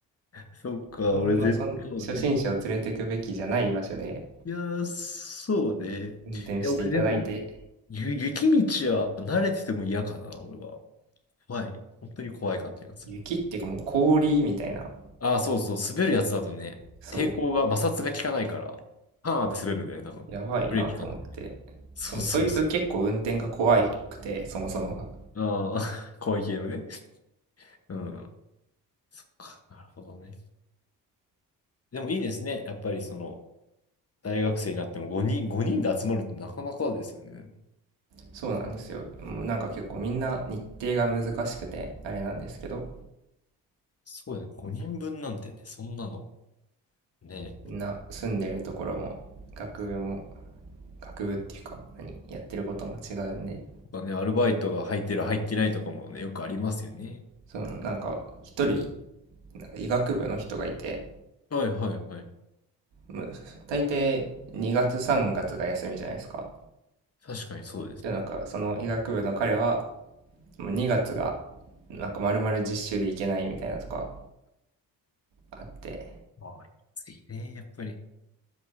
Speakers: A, on the left; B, on the right.
A: そっか、
B: あんまそん初心者を連れてくべきじゃない場所で
A: 俺絶対そうね。いやー、そうね。いや、
B: 運転していただいて
A: 俺でも、ゆ、雪道は慣れてても嫌かな、俺は。怖い。本当に怖い感じがする。
B: 雪っていうかもう氷みたいな、
A: ああ、そうそう、滑るやつだとね、
B: そ
A: 抵抗が、摩擦が効かないから、パーンって滑るんだよね、多分。
B: う、やばいなと思って。
A: ブレーキ効かない。そうそうそ
B: しかもそいつ結構運転が怖くて、そもそもが。
A: う。ああ、<laughs> 怖い系のね。うん。そっか、なるほどね。でもいいですね。やっぱりその、大学生になっても5人、5人で集まるってなかなかですよね。
B: そうなんですよ。もうなんか結構みんな日程が難しくて、あれなんですけど、
A: そうだね、5人分なんてね、そんなの、ね、
B: みんな住んでるところも、学部も、学部っていうか、何、やってることも違うんで、
A: ぱね、アルバイトが入ってる入ってないとかもね、よくありますよね。
B: そのなんか一人、
A: 本当に。
B: なんか医学部の人がいて、
A: はいはいはい。
B: もう大抵2月3月がつが休みじゃないですか。
A: 確かにそうですね。
B: で、なんかその医学部の彼はもう2月がなんか丸々実習で行けないみたいなとかあって
A: まあ、ついね、やっぱり。